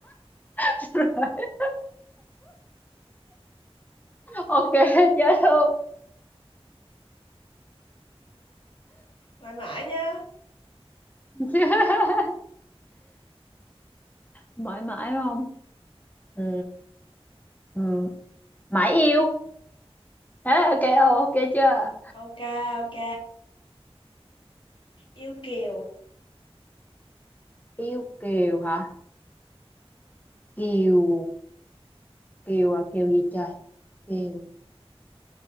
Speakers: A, on the left (about 15°); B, on the left (about 55°).
A: <laughs> ok chết luôn
B: Mãi mãi nha.
A: <laughs> mãi mãi không ừ ừ mãi yêu Thế ok không ok chưa
B: Ok ok Yêu kiều
A: yêu kiều hả kiều kiều à kiều gì trời kiều